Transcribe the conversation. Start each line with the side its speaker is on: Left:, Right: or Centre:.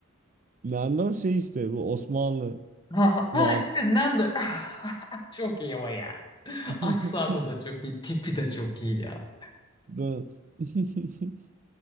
Right: Nandor şey işte bu Osmanlı
Left: Ha, ha
Right: va
Left: işte Nander. <laughs> <sighs> Çok iyi o ya.
Right: <laughs>
Left: Aksanı da çok iyi. Tipi de çok iyi ya.
Right: Bu- <laughs>